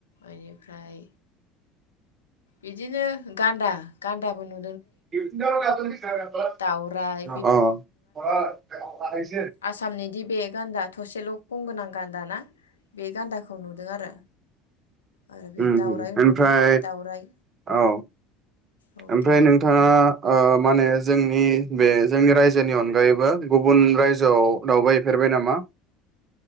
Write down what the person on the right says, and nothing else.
<unintelligible>
उम्म
ओमफ्राय
औ
ओमफ्राय
नोंथाङा
ओ माहोनो जोंनि बे जोंनि रायजोनि अनगायैबो गुबुन रायजोआव दावबायफेरबाय नामा?